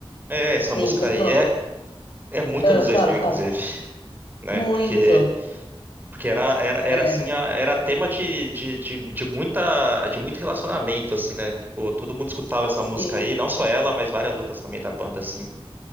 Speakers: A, on the right; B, on the left.
A: É, essa
B: Sim,
A: música
B: mas
A: aí
B: ó,
A: é, é muito
B: ah,
A: nos
B: fala,
A: dois mil
B: fala.
A: inclusive, <laughs> né?
B: Muito.
A: Porque, porque era, era, era
B: É,
A: assim, a- era tema de, de, de, de muita, de muito relacionamento, assim, né? Tipo, todo mundo escutava essa
B: sim.
A: música aí, não só ela, mas várias outras também da banda, assim.